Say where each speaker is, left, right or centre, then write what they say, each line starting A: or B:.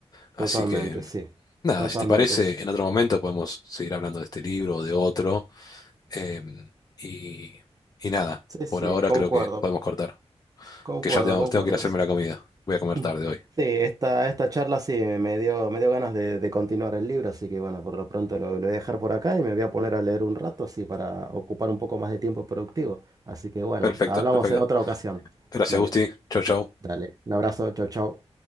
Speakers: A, on the left (about 35°); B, on the right (about 35°).
A: Así
B: Totalmente,
A: que,
B: sí.
A: nada,
B: Totalmente,
A: si te parece,
B: sí.
A: en otro momento podemos seguir hablando de este libro o de otro. eh, y, y nada,
B: Sí, sí,
A: por ahora
B: concuerdo.
A: creo que podemos cortar,
B: Concuerdo,
A: que ya tengo,
B: concuerdo.
A: tengo que ir a hacerme
B: Sí,
A: la comida. Voy a comer
B: <laughs>
A: tarde hoy.
B: Sí, esta, esta charla sí me me dio, me dio ganas de, de continuar el libro, así que bueno, por lo pronto lo, lo voy a dejar por acá y me voy a poner a leer un rato, así para ocupar un poco más de tiempo productivo. Así que bueno,
A: Perfecto,
B: hablamos
A: perfecto.
B: en otra ocasión.
A: Gracias,
B: Dale,
A: Gusti. Chau, chau.
B: dale. Un abrazo, chao, chao.